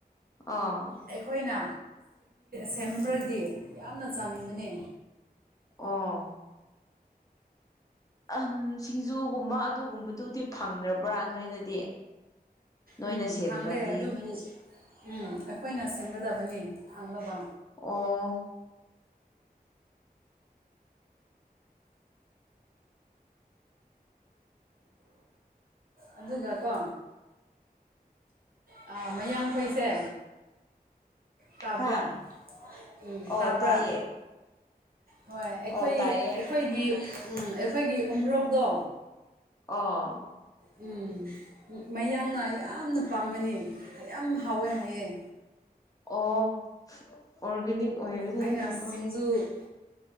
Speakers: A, on the left; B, on the right.
A: ꯑꯥ
B: ꯑꯩꯈꯣꯏꯅ ꯁꯦꯝꯕ꯭ꯔꯒꯗꯤ ꯌꯥꯝꯅ ꯆꯥꯅꯤꯡꯕꯅꯤ
A: ꯑꯣ ꯑ ꯁꯤꯡꯖꯨꯒꯨꯝꯕ ꯑꯗꯨꯒꯨꯝꯕꯗꯨꯗꯤ ꯐꯪꯗ꯭ꯔꯕ꯭ꯔꯥ ꯅꯣꯏꯗꯗꯤ ꯅꯣꯏꯅ
B: ꯎꯝ
A: ꯁꯦꯝꯗ꯭ꯔꯗꯤ
B: ꯐꯪꯗꯦ ꯑꯗꯨꯕꯨ ꯎꯝ ꯑꯩꯈꯣꯏꯅ ꯁꯦꯝꯒꯗꯕꯅꯤ ꯐꯥꯡꯅꯕ
A: ꯑꯣ
B: ꯑꯗꯨꯒ ꯀꯣ ꯥ ꯃꯌꯥꯡꯈꯣꯏꯁꯦ ꯇꯕ꯭ꯔꯥ
A: ꯍꯥ
B: ꯎ
A: ꯑꯣ
B: ꯇꯕ꯭ꯔꯥ
A: ꯇꯥꯏꯌꯦ
B: ꯍꯣꯏ ꯑꯩꯈꯣꯏ
A: ꯑꯣ ꯇꯥꯏꯌꯦ
B: ꯑꯩꯈꯣꯏꯒꯤ ꯑꯩꯈꯣꯏꯒꯤ ꯎꯝꯕ꯭ꯔꯣꯛꯇꯣ
A: ꯑ
B: ꯎꯝ ꯃꯌꯥꯡꯅ ꯌꯥꯝꯅ ꯄꯥꯝꯕꯅꯤ ꯌꯥꯝ ꯍꯥꯎꯋꯦ ꯍꯥꯏꯑꯦ
A: ꯑꯣ ꯑꯣꯔꯒꯥꯅꯤꯛ ꯑꯣꯏꯕꯅꯤꯅꯀꯣ
B: ꯑꯩꯅ ꯁꯤꯡꯖꯨ